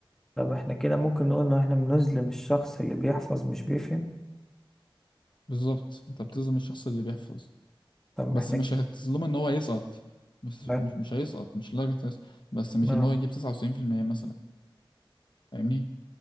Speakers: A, in the centre; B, on the left (about 60°).
A: طب احنا كده ممكن نقول إن احنا بنظلم الشخص اللي بيحفظ مش بيفهم
B: بالظبط انت بتظلم الشخص اللي بيحفظ
A: طب ما
B: بس
A: احنا
B: مش
A: ك-
B: هتظلمه ان هو يسقط بس
A: اه
B: مش مش هيسقط مش لدرجة يسقط بس مش
A: اه
B: ان هو يجيب 99% مثلا فاهمني